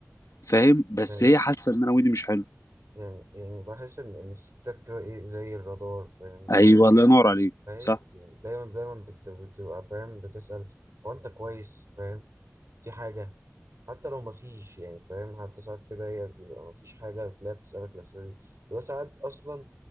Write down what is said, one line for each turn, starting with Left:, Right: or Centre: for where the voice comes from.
Left: فاهم بس
Right: يعني
Left: هي
Right: بص
Left: حاسه ان انا مودي مش حلو
Right: يعني يعني بحس إن إن الستات كده إيه زي الرادار فاهم دايما
Left: ايوه الله ينور عليك
Right: فاهم
Left: صح
Right: يعني دايما دايما بت- بتبقى فاهم بتسأل هو أنت كويس فاهم في حاجة حتى لو مفيش يعني فاهم حتى ساعات كده هي بيبقى مفيش حاجة بتلاقيها بتسألك الأسئلة دي وده ساعات أصلا